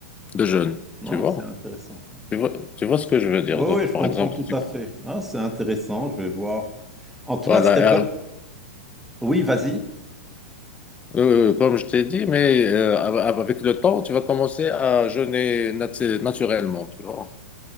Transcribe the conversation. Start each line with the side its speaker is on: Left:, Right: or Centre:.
Left: de jeûne,
Centre: non,
Left: tu vois?
Centre: c'est intéressant.
Left: Tu vois, tu vois ce que je veux dire.
Centre: Oui,
Left: Donc,
Centre: oui, je
Left: par
Centre: comprends
Left: exemple,
Centre: tout
Left: tu,
Centre: à
Left: peux-
Centre: fait. Ah, c'est intéressant, je vais voir. En tout
Left: voilà,
Centre: cas, c'était... vra-
Left: euh,
Centre: Oui, vas-y.
Left: euh, comme je t'ai dit, mais euh, av- avec le temps, tu vas commencer à jeûner nat- naturellement, tu vois?